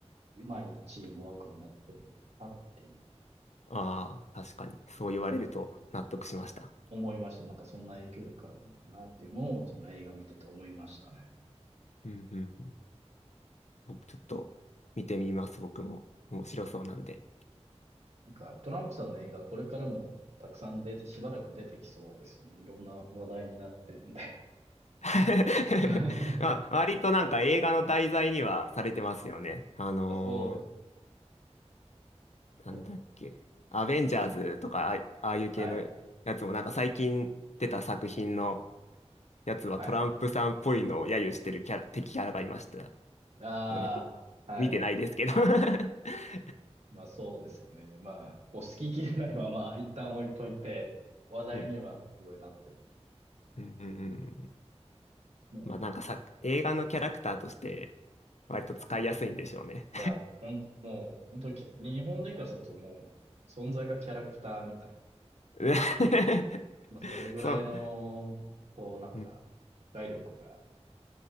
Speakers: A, on the right; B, on the left.
A: うまいチームワークになってるのかなっていう、
B: ああ、確かに。そう言われると納得しました。
A: お思いました。なんかそんな影響力あるのかなっていうのを、その映画見てて思いましたね。
B: うん、うん、うん。僕ちょっと見てみます、僕も。面白そうなんで。
A: なんか、トランプさんの映画、これからもたくさん出て、しばらく出てきそうですよね。いろんな話題になってるんで。
B: <laughs>
A: <laughs> ま
B: まあ、割となんか映画の題材にはされてますよね。あのー
A: あ、そうです。
B: なんだっけ。
A: そ
B: アベンジャーズとか、あ、ああいう系のやつもなんか最近出た作品の
A: う。はい。
B: やつはトランプさんっぽいのを揶揄してるキャラ、
A: はい。
B: 敵キャラがいました
A: ああ、
B: よね。み
A: はい。
B: 見てないですけど <laughs>
A: まあ、そうですよね。まあ、こう、好き嫌いはまあ、一旦置いといて、話題にはすごいなってる。
B: うん、うん、うん。うん
A: も
B: まあなんかさ、映画のキャラクターとして割と使いやすいんでしょうね。
A: う、いや、本当もう、本当にき、日本人からするともう、存在がキャラクターみたいな。
B: <laughs>
A: まあ、それぐらいの、
B: そう、
A: こう、なんか、
B: うん、
A: 破壊力が、